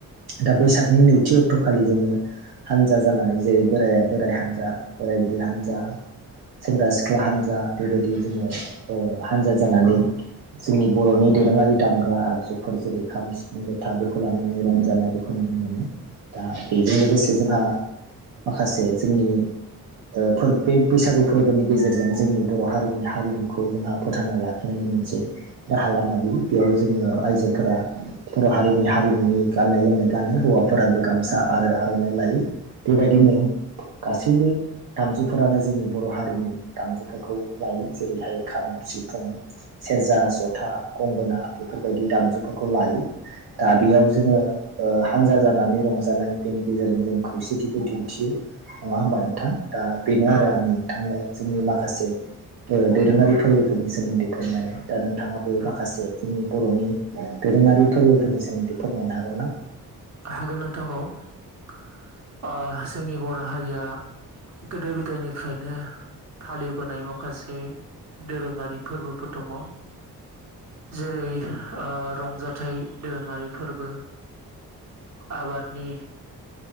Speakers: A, on the right; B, on the right.
A: दा बैसागनि नैथि अक्ट'खालि जोङो हानजा जानानै जेरै बोराइ बोराइ हान्जा बोराय बुरै हान्जा सेंग्रा सिख्ला हानजा बेबायदि जोङो ओ हानजा जानानै जोंनि बर'नि दोरोङारि दामग्रा आगजु फोर जेरै खाम सिफुं जथा बेखौ लानानै रंजानाय बेखौ नुनो मोनो। दा बेजों लोगोसे जोंहा माखासे जोंनि ओ फोर बे बैसागु फोरबोनि गेजेरजों जोंनि बर' हारिनि हारिमुखौ जोंहा फोथांना लाखिनायनि मोनसे राहा लामा बियो बेयाव जोङो आइजोफोरा बर' हारिनि हारिमुनि गाननाय जोमनाय गानो हौवाफोराबो गामसा आरो आर'नाइ लायो। बेबायदिनो गासैबो दामजुफोरानो जोंनि बर' हारिनि दामजुफोरखौ लायो जेरैहाय खाम सिफुं सेरजा जथा गंगोना बेफोरबायदि दामजुफोरखौ लायो। दा बेयाव जोङो ओ हानजा जानानै रंजानाय बेनि गेजेरजों जों खौसेथिखौ दिन्थियो। नङा होमबा नोंथां दा बेनो
B: औ
A: आरो आंनि नोंथांनो जोंनि माखासे ओ दोरोङारि फोरबोफोरनि सोमोन्दै फोरमायनाय दा नोंथाङाबो
B: उम
A: माखासे जोंनि बर'नि दोरोङारि फोरबोफोरनि सोमोन्दै फोरमायनो हागोन ना
B: हागोन नोंथां औ जोंनि बर' हारिया गोदो गोदायनिफ्रायनो फालिबोनाय माखासे दोरोङारि फोरबोफोर दङ। जेरै ओ रंजाथाइ दोरोङारि फोरबो आबादनि